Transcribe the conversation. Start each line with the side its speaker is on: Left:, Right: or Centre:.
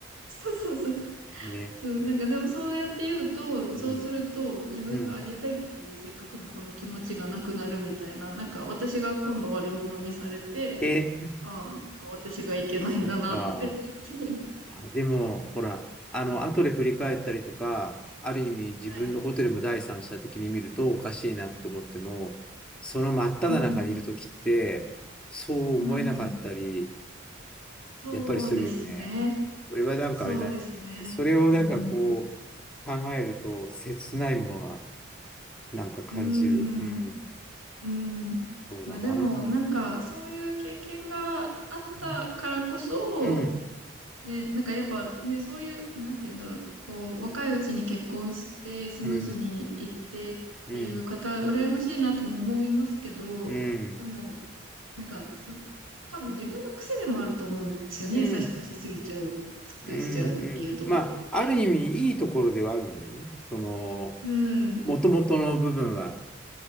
Right: う、そうそうそうそう。
Centre: ね。
Right: そう、なんかでもそうやって言うと、
Centre: うん。
Right: そうすると自分があげたいっていうせっかくのこの気持ちがなくなるみたいな、
Centre: うん。
Right: なんか私が今度悪者にされて、
Centre: え、
Right: ああ、なんか私がいけないんだなって言って。
Centre: そっか。あ、でも、ほら、
Right: <laughs>
Centre: あの、
Right: うん、
Centre: 後で振り返ったりとか、ある意味自分のことでも第三者的に見るとおかしいなと思っても、
Right: はい。
Centre: その真っ只中にいるときって、
Right: うんうん
Centre: そう思えなかったり、
Right: うん。うん。そうですね。
Centre: やっぱりするよね。それはなんかあれだね。
Right: そうですね。
Centre: それをなんかこ
Right: うんうん
Centre: う考えると切ないものがなんか感じる。
Right: うん。
Centre: うん。
Right: うん。うん。
Centre: そうだな。
Right: まあでも、なんか、そういう経験があったからこそ、
Centre: うん。うん。
Right: ね、なんかやっぱね、そういう、なんて言うんだろう、こう、若いうちに結婚してスムーズにいってっていう方、
Centre: うん。うん。
Right: 羨ましいなとも思いますけど、
Centre: うん。
Right: でも、なんか、そ、多分自分の癖でもあると思うんですよね。
Centre: うん。
Right: 優しくしすぎちゃう、尽くしちゃうっていうところって。
Centre: うん。うんまあ、ある意味いいところではあるんだよね。その、
Right: うん、
Centre: もともとの部分は。